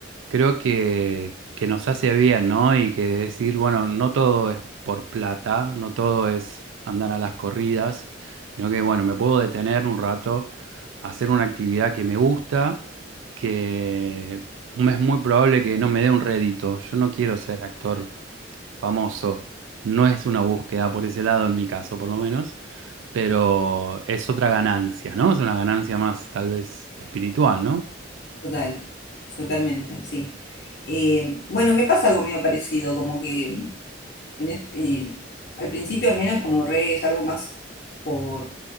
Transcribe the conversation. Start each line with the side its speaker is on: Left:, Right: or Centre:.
Right: creo que, que nos hace bien, ¿no? Y que decir, bueno, no todo es por plata, no todo es andar a las corridas, sino que, bueno, me puedo detener un rato, hacer una actividad que me gusta, que es muy probable que no me dé un rédito. Yo no quiero ser actor famoso, no es una búsqueda por ese lado en mi caso, por lo menos, pero es otra ganancia, ¿no? Es una ganancia más tal vez espiritual, ¿no?
Left: Total, totalmente, sí. Eh, bueno, me pasa algo medio parecido, como que en este, eh, al principio al menos como reggae es algo más por,